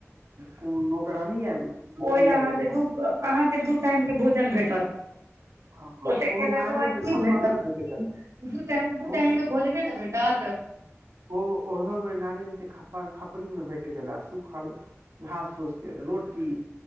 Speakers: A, on the right (about 70°); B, on the right (about 85°).
A: गुम नौकरानी आबि गेल की
B: ओहि अहाँके
A: आबि गेलहुँ
B: दू दू टाइम के भोजन भेटत
A: हँ
B: ओते
A: ओ
B: केलाक
A: नारियल
B: के बाद की
A: खप्पा
B: भेटत
A: मे भेट गेला
B: दू टाम दू
A: ओ
B: टाइम के भोजने ने भेटत ह तऽ
A: ओ ओहोमे नारियलके खप्पा खपरीमे भेट छलए सुखल घास फूस के रोटी